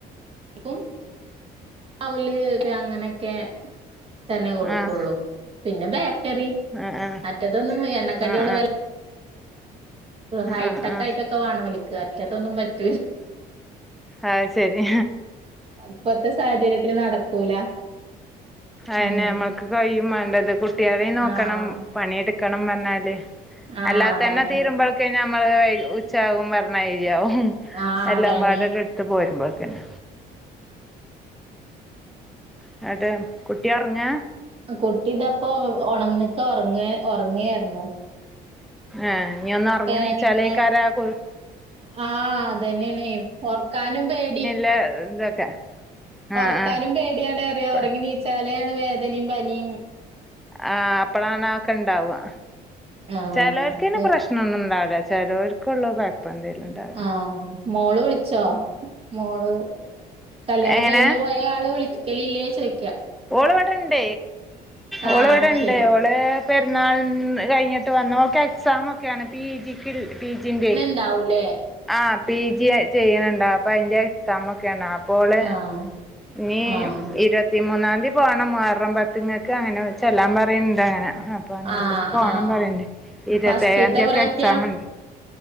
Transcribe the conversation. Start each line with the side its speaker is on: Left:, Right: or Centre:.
Right: കും അവല് <unintelligible> അങ്ങനെക്കെ തന്നെ കൊടുക്കൊള്ളൂ
Centre: ആഹ്
Right: പിന്നെ ബേക്കറി.
Centre: ആഹ്
Right: മറ്റതൊന്നും എണ്ണക്കട്യേള്
Centre: ആഹ്
Right: <unintelligible>
Centre: ആഹ്
Right: ഹൈടെക്
Centre: ആഹ് ആഹ് ആഹ്
Right: ആയിട്ടൊ ക്ക വാണം ഓൽക്ക്. മറ്റതൊന്നും പറ്റൂല.
Centre: ആഹ് ശരി.
Right: അത് ഇപ്പത്തെ സാഹചര്യത്തില് നടക്കൂല.
Centre: അതന്നെ
Right: ഉം
Centre: നമ്മക്ക് കയ്യും മാണ്ടത് കുട്ട്യേളിം നോക്കണം
Right: ആഹ്
Centre: പണിട്ക്കണം പറഞ്ഞാല്.
Right: ആഹ്
Centre: അല്ലാത്തതെന്നെ
Right: അതാണ്
Centre: തീരുമ്പള്ക്ക് ഞമ്മള് ഉച്ചാവും പർഞ്ഞായിരിയാവും.
Right: ആഹ്
Centre: എല്ലതും
Right: അതാണ്
Centre: പാടെ ട് ഇട്ത്ത് പോരുമ്പോക്കിന്. ഇങ്ങട്ട് കുട്ടിയൊർങ്ങാ?
Right: അഹ് കുട്ടി ഇതാപ്പൊ ഒണന്ന്ക്ക ഒർങ്ങേ ഒർങ്ങേര്ന്നു.
Centre: ഏഹ് ഇഞ്ഞ് ഒന്ന് ഒറങ്ങി
Right: ഞാനിങ്ങനെ
Centre: നീച്ചാലേക്കാരാ <unintelligible>
Right: ആഹ് അതന്നെണേ ഒർക്കാനും പേടി.
Centre: ല്ല ഇതൊക്കെ ആഹ്
Right: ഒറക്കാനും പേടിയാണ് പറയാ.
Centre: ആഹ്
Right: ഒറങ്ങി നീച്ചാലേണ് വേദനിം പനിം.
Centre: ആഹ് അപ്പളാണ് അതൊക്കെ ഇണ്ടാവാ.
Right: ആഹ്
Centre: ചെലോൽക്ക് പിന്നെ പ്രശ് ണം ഒന്നുംണ്ടാവൂല. ചെലോർക്കൊള്ളു കൊഴപ്പെന്തേലുംണ്ടാ
Right: ആഹ് മോള് വിളിച്ചോ? മോള് കല്യാണം
Centre: എങ്ങനെ
Right: കഴിഞ്ഞു പോ യ ആള് വിളിക്കലില്ലേ ചോയ്
Centre: ഓള് ഇവെടെണ്ട്
Right: ആഹ്
Centre: ഓള് ഇവെടെണ്ട്
Right: ശരി
Centre: ഓള് പെരുന്നാൾന്ന് കഴിഞ്ഞിട്ടാ വന്ന്. ഓക്ക് എക്സാമൊക്കേണ് പി ജി ക്ക്ൽ പി ജി ൻ്റെ.
Right: ണ്ടാവുലേ.
Centre: ആഹ് പി ജി ചെയ്യ്ണ് ണ്ടാ. അപ്പൊ അയ്ന്റെ എക്സാം ഒക്കെ ആണ്. അ പ്പോള്
Right: ആഹ്
Centre: ഇനീ
Right: ആഹ്
Centre: ഇര് പത്തി മൂന്നാംതി പോണം മുഹറം പത്തിങ്ങക്ക്. അങ്ങനെ ചെല്ലാൻ പറിണ് ണ്ട് അങ്ങനെ. അപ്പ അന്നേക്കൊക്ക്
Right: ആഹ്
Centre: പോകണം
Right: ആഹ്
Centre: പറയണ്ട് ഇരുപത്തി
Right: ഫസ്റ്റ്ത്തെ
Centre: ഏഴാം തീയതി ഒക്കെ
Right: പ്രാവശ്യ
Centre: എക്സാം ഉണ്ട്